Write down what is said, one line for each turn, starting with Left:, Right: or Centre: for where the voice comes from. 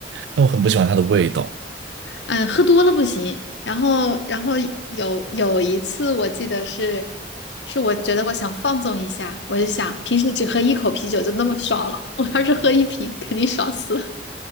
Right: 但我很不喜欢它的味道。
Left: 嗯，喝多了不行。然后然后有有一次我记得是。是我觉得我想放纵一下，我就想平时只喝一口啤酒就那么爽了，我要是喝一瓶肯定爽死了。